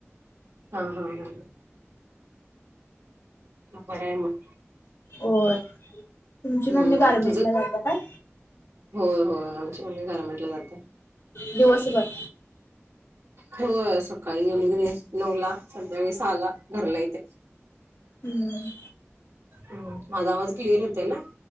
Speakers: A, on the right; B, on the left.
A: हा हा हां बरय मग.
B: होय. तुमची मम्मी
A: हम्म
B: गारमेंटला
A: तुझं
B: जात्या काय?
A: होय होय आमची मम्मी गारमेंटला जाते.
B: दिवसभर
A: होय सकाळी गेली की नाही नऊला संध्याकाळी सहाला घरला येते.
B: हम्म
A: हम्म माझा आवाज क्लियर येतोय ना?